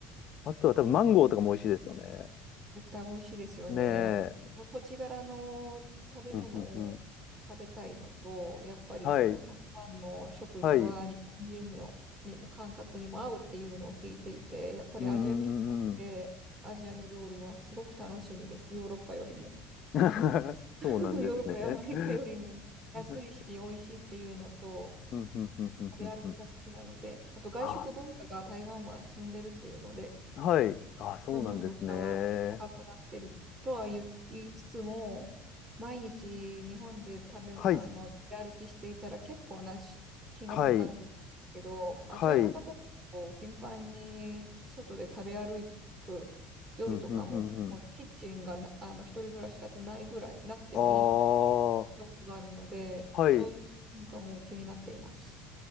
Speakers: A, on the left; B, on the right.
A: あとは多分マンゴーとかも美味しいですよね。
B: 絶対美味しいですよね。
A: ねえ。
B: やっぱりその土地柄の食べ物を
A: うんうんうん
B: 食べたいのと、やっぱりその台湾の食事は日本人のにも感覚にも合うっていうのを聞いていて、
A: はい、はい、うん
B: やっぱりアジア系なので、
A: うんうんうん。
B: アジアの料理はすごく楽しみです。ヨーロッパよりも。
A: <laughs>
B: <laughs>
A: そうなんですね。
B: ヨーロッパやアメリカよりも安いし美味しいっていうのと、
A: <laughs> うんうんうんうんうんうん。
B: 食べ歩きが好きなので、あと外食文化が台湾は進んでるっていうので、
A: あ、はい、あ、そうなんですね。
B: どんどん物価は高くなってるとは言う言いつつも、毎日日本で食べ、
A: はい、
B: あの、出歩きしていたら結構なし金額になると思うんですけど、
A: はい、
B: あちらの方、
A: はい、うん
B: こう頻繁に外で食べ歩く夜とかも、
A: うんうんうん。
B: もうキッチンがな、あの、一人暮らしだとないぐらい、なくてもいい、
A: ああ、
B: 聞いたことがあるので、
A: はい。
B: そういう文化も気になっています。